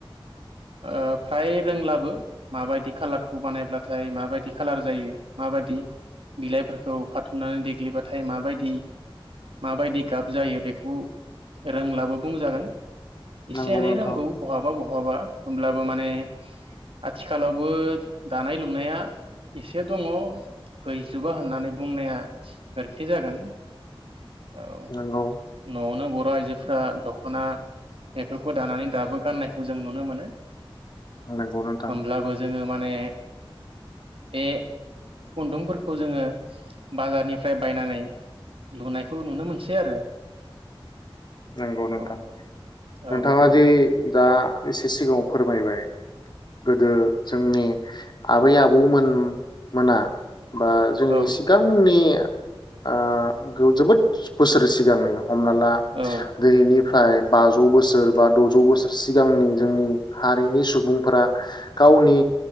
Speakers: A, on the right; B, on the left.
A: ओ फ्राय रोंलाबो माबायदि खाालारखौ बानायब्लाथाय माबायदि खालार जायो माबायदि बिलाइफोरखौ खाथुमनानै देग्लिबाथाय माबायदि माबायदि गाब जायो बेखौ रोंलाबो बुंजागोन। इसे
B: नंगौ
A: एनै
B: नोंथां
A: रोंगौ बहाबा बहा बहाबा होमब्लाबो माने आथिखालावबो दानाय लुनाया एसे दङ हैजोबा होननानै बुंनाया गोरोन्थि जागोन। औ।
B: नंगौ
A: नवावनो बुथ बर आइजोफोरा दखना बेफोरखौ दानानै दाबो गाननायखौ जों नुनो मोनो।
B: नंगौ नोंथां
A: होमब्लाबो जोङो माने बे खुन्दुंफोरखौ जोङो। बाजारनिफ्राय बायनानै लुनायखौ नुनो मोनसै आरो।
B: नंगौ नोंथां
A: औ औ
B: नोंथाङा
A: औ
B: जे दा एसे सिगाङाव फोरमायबाय। गोदो जोंनि आबै आबौमोन मोना बा जोंनि
A: औ
B: सिगांनि ओह गो जोबोद बोसोर सिगांनि हमना ला।
A: औ
B: दिनैनिफ्राय बाजौ बोसोर बा दजौ बोसोर सिग सिगांनि जोंनि हारिनि सुबुंफोरा गावनि